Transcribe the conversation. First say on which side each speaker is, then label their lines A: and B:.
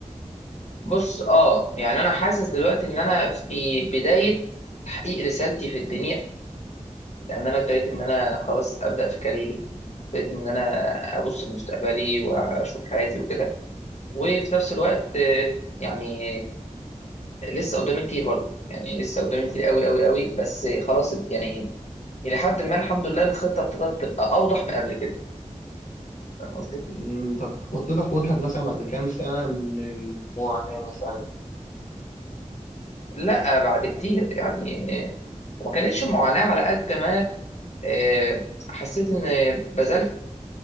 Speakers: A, on the left; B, on the left.
A: بص اه يعني انا حاسس دلوقتي ان انا في بدايه تحقيق رسالتي في الدنيا لان انا ابتديت ان انا خلاص ابدا في كاريري ابتديت ان انا ابص لمستقبلي واشوف حياتي وكده وفي نفس الوقت آه، يعني لسه قدامي كتير برضه يعني لسه قدامي كتير قوي قوي قوي بس خلاص يعني الى حد ما الحمد لله الخطه ابتدت تبقى اوضح من قبل كده فاهم قصدي
B: مم، انت خطتك وضحت مثلا بعد كام سنة من المعاناة مثلا
A: لا بعد كتير يعني وما كانتش معاناه على قد ما آه، حسيت ان بذلت